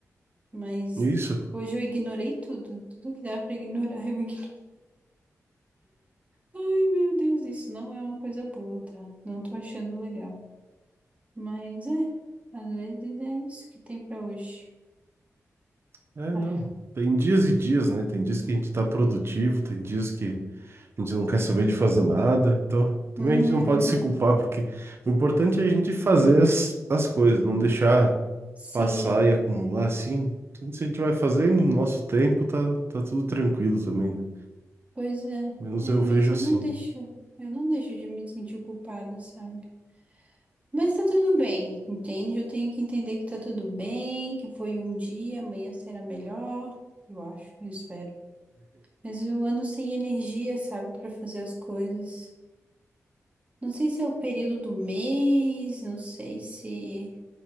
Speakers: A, on the right; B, on the right.
A: Mas
B: Isso.
A: hoje eu ignorei tudo. Tudo que dá pra ignorar, <laughs> eu ignoro. Ai, meu Deus, isso não é uma coisa boa, tá? Não tô achando legal. Mas é, às vezes é isso que tem pra hoje.
B: É,
A: Ah.
B: não. Tem dias e dias, né? Tem dias que a gente tá produtivo, tem dias que a gente não quer saber de fazer nada. Então, também
A: Uhum.
B: a gente não pode se culpar, porque o importante é a gente fazer as, as coisas, não deixar
A: Sim.
B: passar e acumular assim, tudo isso a gente vai fazendo no nosso tempo, tá, tá tudo tranquilo também, né?
A: Pois é,
B: Menos
A: é,
B: eu
A: mas
B: vejo
A: eu
B: assim.
A: não deixo, eu não deixo de me sentir culpada, sabe? Mas tá tudo bem, entende? Eu tenho que entender que tá tudo bem, que foi um dia, amanhã será melhor, eu acho, eu espero. Mas eu ando sem energia, sabe, pra fazer as coisas. Não sei se é o período do mês, não sei se